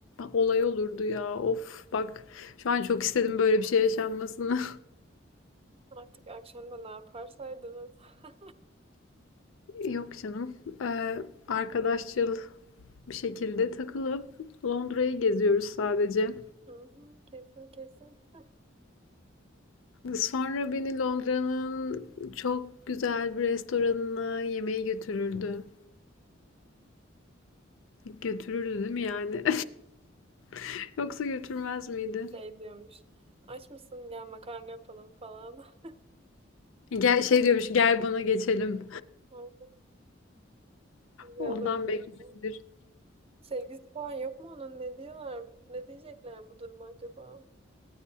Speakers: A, on the left; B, on the right.
A: olay olurdu ya. Of bak şu an çok istedim böyle bir şey yaşanmasını.
B: Artık akşam da ne yaparsaydınız. <laughs>
A: <laughs> Yok canım. Ee, arkadaşçıl bir şekilde takılıp Londra'yı geziyoruz sadece.
B: Hı hı, Kesin kesin. <laughs>
A: Sonra beni Londra'nın çok güzel bir restoranına yemeğe götürürdü. Götürürdü değil mi yani? <laughs> Yoksa götürmez miydi?
B: Şey diyormuş. Aç mısın gel makarna yapalım falan. <laughs>
A: Gel şey diyormuş, gel bana geçelim.
B: Aynen, güzel
A: Ondan
B: olur
A: bekleyebilir.
B: diyor. Sevgisi falan yok mu onun? Ne diyorlar? Ne diyecekler bu duruma acaba?